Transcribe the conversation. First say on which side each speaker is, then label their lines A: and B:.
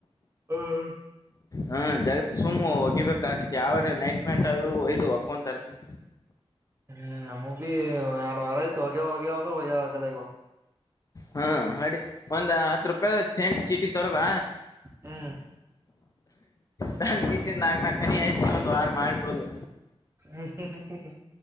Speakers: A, on the right; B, on the left.
A: ಹ್ಮ್
B: ಹಾ ಜಾಗ ಸಮ ಇವ ಆದಿತಿ ಯಾವಾರ ನೈಟ್ ಪ್ಯಾಂಟ್ ಅ ಒಯದು ಹಕ್ಕೊಂತರ್ತನಿ
A: ಹ್ಮ್ ನಮ ಬಿೀ ಎರಡ್ ವಾರ ಯತ್ ಹೋಗ್ಯ ಹೋಗ್ಯವ ಅಂದ್ರ ಹೊಗೆ್ಯ ಆಗದಗವ
B: ಹಾ ಅಡಿ ಒಂದ್ ಹತ್ ರೂಪಾಯ ಸೆಂಟ್ ಚೀಟಿ ತರದ
A: ಹ್ಮ್
B: ತಂದ ಬೀಸ ನಾಗ ನ ಕನಿ ಆಯಚ್ಚಿ ಒಂದ್ ವಾರ ಮಾಡ್ಬಿಡುದು
A: ಹ ಹ ಹ ಹ